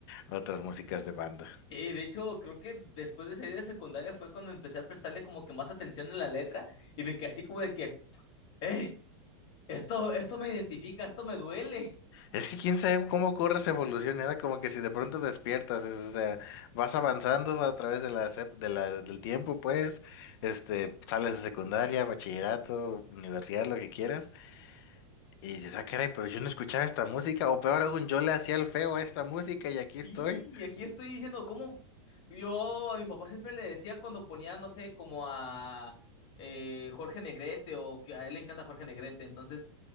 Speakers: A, on the left; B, on the left.
A: otras músicas de banda.
B: Y de hecho, creo que después de salir de secundaria fue cuando empecé a prestarle como que más atención a la letra y me quedé así como de que, hey, esto, esto me identifica, esto me duele.
A: Es que quién sabe cómo ocurre esa evolución, era como que si de pronto despiertas, es- o sea, vas avanzando a través de las ep- de la- del tiempo, pues, este, sales de secundaria, bachillerato, universidad, lo que quieras, y dices, ah, caray, pero yo no escuchaba esta música, o peor aún, yo le hacía el feo a esta música y aquí
B: Sí,
A: estoy.
B: y aquí estoy diciendo cómo yo a mi papá siempre le decía cuando ponía, no sé, como a eh, Jorge Negrete o que a él le encanta Jorge Negrete, entonces,